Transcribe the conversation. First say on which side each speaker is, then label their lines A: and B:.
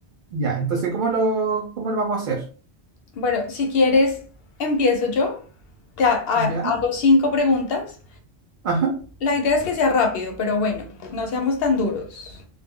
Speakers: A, on the right (about 55°); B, on the left (about 65°).
A: Ya, entonces, ¿cómo lo, cómo lo vamos a hacer?
B: Bueno, si quieres, empiezo yo. Te ha- ha-
A: ¿Ya?
B: hago cinco preguntas.
A: Ajá.
B: La idea es que sea rápido, pero bueno, no seamos tan duros.